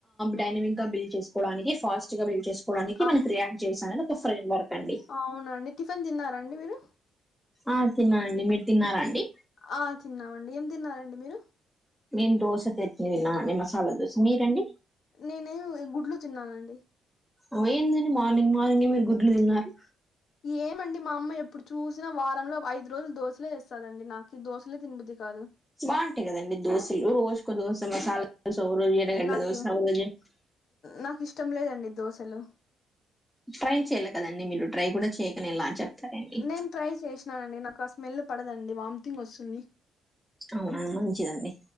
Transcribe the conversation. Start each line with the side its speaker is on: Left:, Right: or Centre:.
Centre: డైనమిక్గా బిల్డ్ చేస్కోడానికి ఫాస్ట్గా బిల్డ్ చేస్ కోడానికి
Left: ఆ
Centre: మన రియాక్ట్ చేసా అని ఒక ఫ్రేమ్ వర్క్ అండి
Left: అవునా అండి టిఫిన్ తిన్నారా అండి మీరు
Centre: ఆ తిన్నానండి మీరు తిన్నారా అండి
Left: ఆ తిన్నామండి ఏం తిన్నారండి మీరు
Centre: నేన్ దోస తేట్ని తిన్నానండి మసాల దోస మీరండి
Left: నేనే గుడ్లు తిన్నానండి
Centre: ఓ ఏందండి మార్నింగ్ మార్నింగ్ మీరు గుడ్లు తిన్నారు
Left: ఏమండి మా అమ్మ ఎప్పుడు చూసినా వారంలో ఐదు రోజులు దోసలే ఏస్తాదండి నాకు దోసలే తినబుద్ధి కాదు
Centre: బాగుంటయి కదండి దోశలు రోజుకోదోశ మసాలా దోశ ఓ రోజు ఎరగడ్ల
Left: నాకు
Centre: దోశ ఓ రోజు
Left: నాకు ఇష్టం లేదండి దోశలు
Centre: ట్రై చెయలే కదండి మీరు ట్రై కూడా చేయ్యకనేలా అని చెప్తారండి
Left: నేను ట్రై చేష్ నానండి నాకు ఆ స్మెల్ పడదండి వామిటింగ్ వస్తుంది
Centre: అవునా మంచిదండి